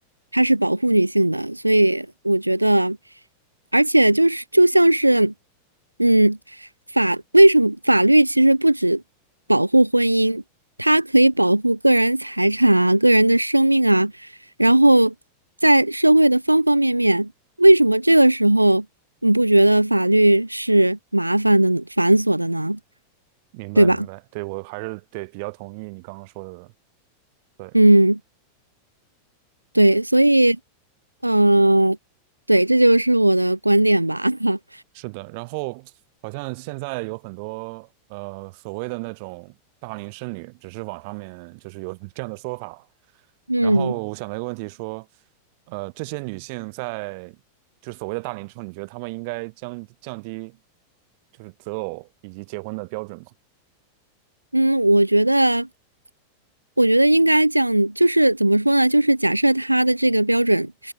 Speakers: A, on the right; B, on the right.
A: 它是保护女性的，所以我觉得，而且就是就像是，嗯，法为什么法律其实不止保护婚姻，它可以保护个人财产啊、个人的生命啊，然后在社会的方方面面，为什么这个时候你不觉得法律是麻烦的、繁琐的呢？
B: 明白明白，
A: 对吧？
B: 对我还是对比较同意你刚刚说的，对，
A: 嗯，对，所以，呃，对，这就是我的观点吧。<laughs>
B: 是的。然后好像现在有很多呃所谓的那种大龄剩女，只是网上面就是有 <laughs> 这样的说法。
A: 嗯。
B: 然后我想到一个问题说，呃，这些女性在就是所谓的大龄之后，你觉得她们应该降降低就是择偶以及结婚的标准吗？
A: 嗯，我觉得，我觉得应该这样，就是怎么说呢？就是假设他的这个标准，